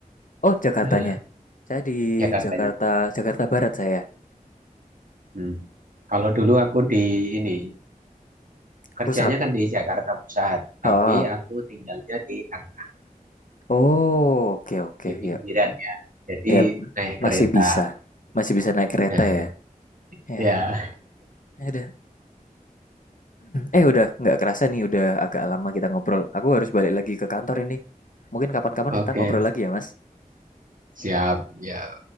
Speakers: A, on the left; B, on the right.
A: Oh, Jakartanya.
B: Heeh,
A: Saya di
B: Jakarta.
A: Jakarta, Jakarta Barat saya,
B: Hmm. Kalau dulu aku di ini kerjanya
A: pusat.
B: kan di Jakarta Pusat, tapi
A: Oh,
B: aku tinggalnya di Tangerang.
A: oh, oke oke,
B: di pinggiran
A: ya,
B: ya. Jadi
A: ya
B: naik
A: masih
B: kereta.
A: bisa, masih bisa naik kereta
B: Nah,
A: ya. Ya,
B: ya,
A: ya udah. Eh udah nggak kerasa nih, udah agak lama kita ngobrol. Aku harus balik lagi ke kantor ini. Mungkin kapan-kapan
B: oke,
A: kita ngobrol lagi ya, Mas.
B: siap ya.